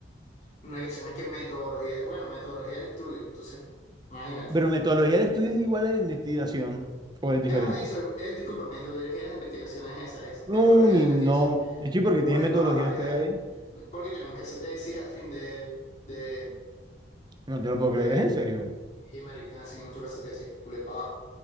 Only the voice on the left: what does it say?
Una que se me que metodología, bueno, metodología del estudio, entonces, imagínate.
Ajá, eso, eh, disculpa, metodología de la investigación es esa, es esa,
metodología
de la investigación.
Culepa,
ya, porque tenemos que hacer tesis al fin de, de,
de,
y marica, así nos toca hacer tesis, culepa,